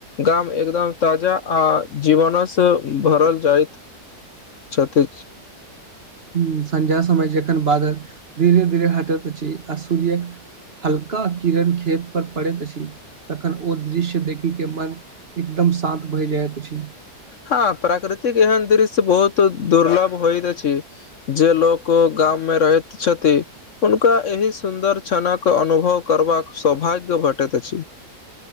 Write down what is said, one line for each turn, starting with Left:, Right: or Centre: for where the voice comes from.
Left: गाम एकदम ताजा आ जीवनस भरल जायइत छते छी
Right: ह सझा समय जखन बादल धीरे धीरे हटैत अछि आ सूर्यक हल्का किरण खेत पर पड़ैत अछि तखन ओ दृश्य देखि केँ मन एकदम शान्त भैइ जाइत अछि
Left: हँ प्राकृतिक एहन दृश्य बहुत दुर्लभ होइइत अछी जे लोक गाम में रहैत छथि। हुनका एहि सुन्दर क्षणक अनुभव करबाक सौभाग्य भेटैत अछि।